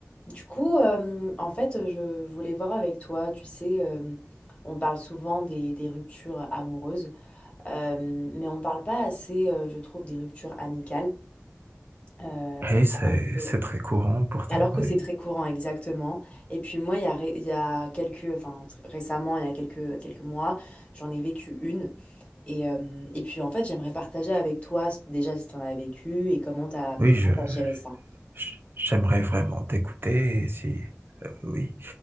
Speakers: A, on the left; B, on the right.
A: Du coup, euh, en fait, je voulais voir avec toi, tu sais, euh, on parle souvent des, des ruptures amoureuses, euh, mais on parle pas assez, euh, je trouve, des ruptures amicales, euh,
B: Oui, c'est
A: euh,
B: c'est très courant pourtant.
A: alors que
B: Oui,
A: c'est très courant, exactement. Et puis moi, il y a, ré- il y a quelques, enfin, tr- récemment, il y a quelques, quelques mois, j'en ai vécu une. Et, euh, et puis, en fait, j'aimerais partager avec toi, s- déjà, si tu en as vécu et comment t'as comment
B: oui, je
A: t'as géré ça.
B: je- j'aimerais vraiment t'écouter. et Si euh, oui,